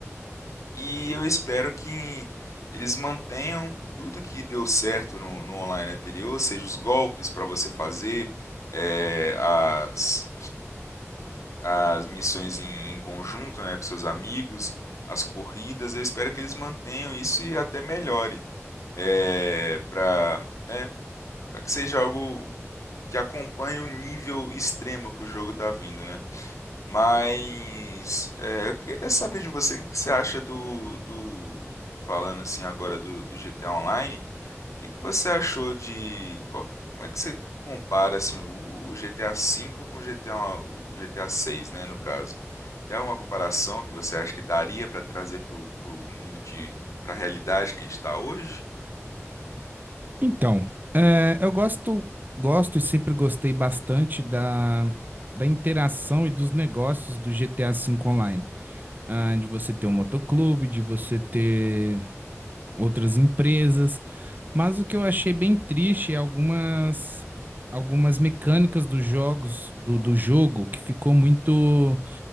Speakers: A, on the left; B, on the right.
A: E eu espero que eles mantenham tudo que deu certo no, no online anterior, seja os golpes para você fazer, eh, as, as missões em, em conjunto, né, com seus amigos, as corridas. Eu espero que eles mantenham isso e até melhore, é, para, né, para que seja algo que acompanhe o nível extremo que o jogo está vindo, né? Mas é, eu queria saber de você o que que você acha do, do falando assim agora do, do GTA Online. O que que você achou de qual- como é que você compara assim o, o GTA V com o GTA o GTA 6, né, no caso? Tem alguma comparação que você acha que daria para trazer pro, pro mundo de para a realidade que a gente está hoje?
B: Então, eh, eu gosto, gosto e sempre gostei bastante da, da interação e dos negócios do GTA V Online. ah, de você ter um motoclube, de você ter outras empresas. Mas o que eu achei bem triste é algumas algumas mecânicas dos jogos do, do jogo que ficou muito,